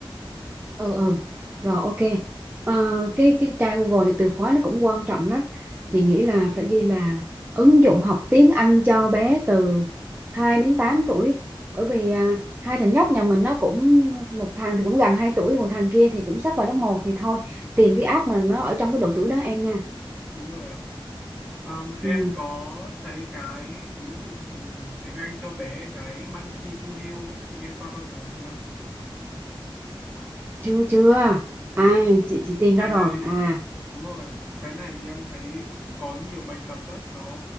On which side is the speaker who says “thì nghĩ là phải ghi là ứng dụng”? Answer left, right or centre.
Right